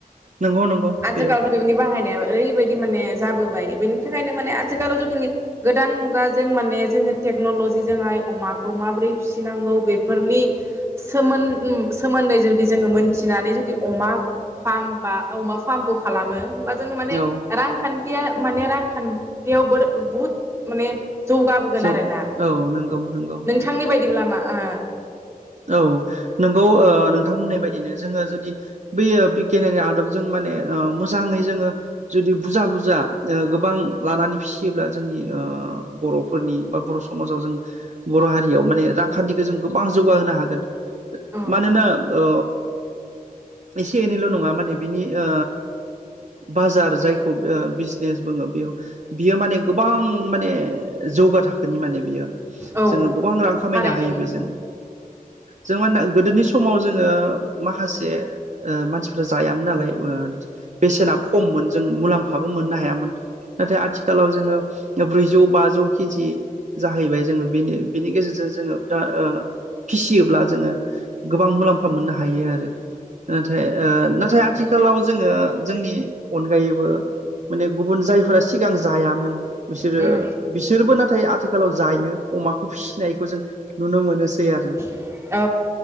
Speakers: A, on the right; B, on the right.
A: नंगौ नंगौ
B: आजिखाालथ'
A: बेयो
B: <unintelligible> बाहायनाया ओरैबायदि माने जाबोबाय बेनि थाखाय माने आथिखालाव जिखुनु गोदान मुगाजों माने जोङो टेक्नलजिजोंहाय अमाखौ माबोरै फिसिनांगौ बेफोरनि सोमोन सोमोन्दै जुदि जोङो मोनथिनानै जुदि अमा फार्म बा अमा फार्मखौ खालामो। होनबा जोङो माने
A: औ
B: रांखान्थि माने रांखान्थियाव बो बहुद माने जौगाबोगोन
A: जों
B: आरोना
A: औ नंगौ नंगौ
B: नोंथांनि बायदिब्ला आआ
A: औ नोंगौ ओ नोंथां बुंनाय बायदिनो जोङो जुदि बै बिगियानारि आदबजों मोन माने ओ मोजाङै जोङो जुदि बुजा बुजा ओ गोबां लानानै फिसियोब्ला जोंनि ओ बर'फोरनि बा बर' समाजाव जों बर' हारियाव माने रांखानथिखौ जों गोबां जौगाहोनो हागोन
B: ओ
A: मानोना ओ एसे एनैल' नङा माने बिनि ओ बाजार जायखौ ओ बिजनेस बुङो बेव बियो माने गोबां माने जौगा थाखोनि माने बियो
B: औ
A: जोङो गोबां रां खामायनो
B: थारैनो
A: हायो
B: उम
A: बेजों। जों <unintelligible> गोदोनि समाव जोङो माखासे ओ मानसिफ्रा जायामोन नालाय बेसेनाबो खममोन जों मुलामफ हाबो मोननो हायामोन नाथाय आथिखालाव जोङो ब्रैजौ बाजौ केजि जाहैबाय जोङो बेनि बेनि गेजेरजों जोङो बिराद फिसियोब्ला जोङो गोबां मुलाम्फा मोननो हायो आरो नाथाय नाथाय आथिखालाव जोङो जोंनि अनगायैबो माने गुबुन जायफोरा सिगां जायामोन बिसोरो
B: उम
A: बिसोरबो नाथाय आथिखालाव जायो अमाखौ फिसिनायखौ जों नुनो मोनो। ए आरो
B: औ